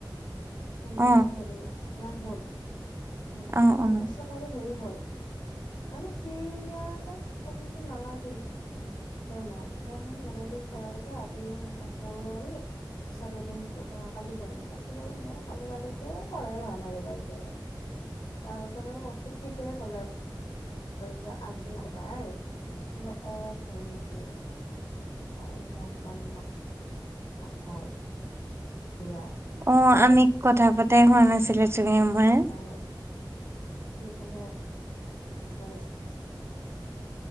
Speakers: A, on the left; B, on the right.
A: তোমাৰ
B: অ
A: হেৰি লাভ হ'ল উম
B: অ
A: তাৰপাছত
B: অ
A: তাৰ হেৰি হ'ল মানে সিয়াৰ ত ফোনটো নালাগিল। ডেমো ডেনটিং আজি কৰা হৈছে আজি নকৰো আৰু। পিছত এদিন কালি কৰিম তাৰপিছত আৰু সেনেকে কালি কালিকে কৰাই হোৱা নাই ৰ'বা এতিয়ালৈ। তাৰ পাছত আৰু খেতিতে ক'ল আৰু। আৰু যে আজি তাই বোলো অঁ হয় নেকি। অঁ মই কম না <unintelligible> দিয়া।
B: অঁ আমি কথা পতাই হোৱা নাছিলে তুমিয়েই মই।
A: তাই <unintelligible>